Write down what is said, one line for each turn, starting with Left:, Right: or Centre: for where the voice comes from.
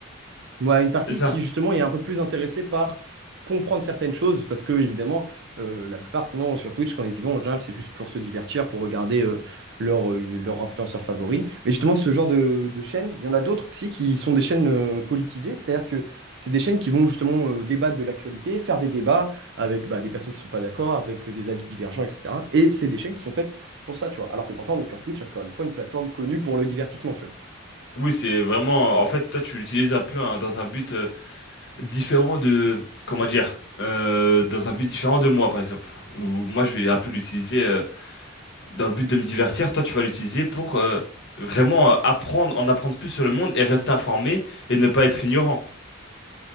Right: Ouais, une partie
Left: C'est ça?
Right: qui justement est un peu plus intéressée par comprendre certaines choses, parce que évidemment, euh, la plupart sinon sur Twitch, quand ils y vont, en général, c'est juste pour se divertir, pour regarder euh, leur, euh, leur influenceur favori. Mais justement, ce genre de, de chaînes, il y en a d'autres aussi qui sont des chaînes euh, politisées, c'est-à-dire que c'est des chaînes qui vont justement euh, débattre de l'actualité, faire des débats avec bah, des personnes qui ne sont pas d'accord, avec euh, des avis divergents, etc. Et c'est des chaînes qui sont faites pour ça, tu vois. Alors que pourtant, on est sur Twitch, encore une fois, une plateforme connue pour le divertissement, tu vois.
Left: Oui, c'est vraiment... En fait, toi, tu l'utilises un peu hein, dans un but... euh, différent de, comment dire, euh, dans un but différent de moi, par exemple. Ou moi, je vais un peu l'utiliser euh, dans le but de me divertir. Toi, tu vas l'utiliser pour euh, vraiment euh, apprendre, en apprendre plus sur le monde et rester informé et ne pas être ignorant.